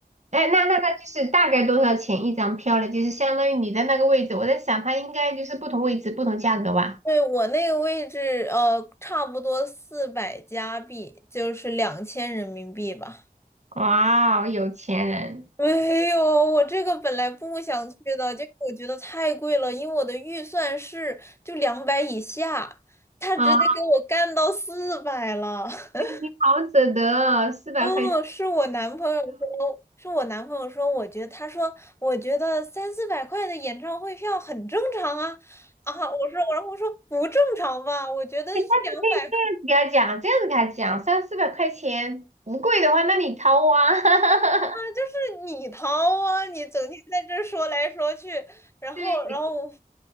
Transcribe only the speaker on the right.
哎，那那那就是大概多少钱一张票呢？就是相当于你的那个位置，我在想它应该就是不同位置不同价格吧？
哇哦，有钱人
啊 <laughs>，
你好舍得哦，四百块钱。
哎，下次可以这样子给他讲，这样子给他讲，三四百块钱不贵的话，那你掏啊。<laughs>
对